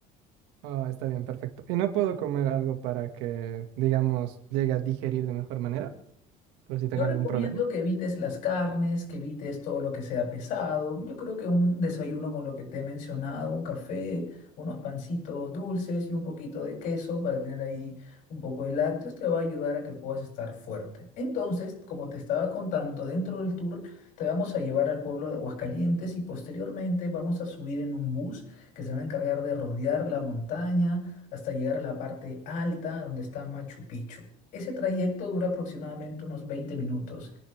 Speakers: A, on the right (about 75°); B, on the left (about 50°).
A: Ah, está bien, perfecto. Y no puedo comer algo para que, digamos, llegue a digerir de mejor manera, por si
B: Yo
A: tengo
B: recomiendo
A: algún problema.
B: que evites las carnes, que evites todo lo que sea pesado. Yo creo que un desayuno con lo que te he mencionado, un café, unos pancitos dulces y un poquito de queso para tener ahí un poco de lácteos te va a ayudar a que puedas estar fuerte. Entonces, como te estaba contando, dentro del tour te vamos a llevar al pueblo de Aguascalientes y posteriormente vamos a subir en un bus que se va a encargar de rodear la montaña hasta llegar a la parte alta donde está Machu Picchu. Ese trayecto dura aproximadamente unos 20 minutos.